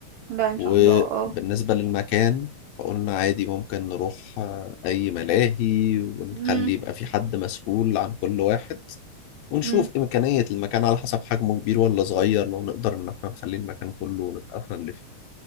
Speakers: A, on the right; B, on the left.
A: لأ إن
B: وبالنسبه
A: شاء الله آه.
B: للمكان فقلنا عادي ممكن نروح آه، اي ملاهي ونخلي
A: إمم،
B: يبقى في حد مسؤول عن كل واحد ونشوف
A: إمم،
B: إمكانية المكان على حسب حجمه كبير ولا صغير لو نقدر إن احنا نخلي المكان كله ونبقى احنا اللي فيه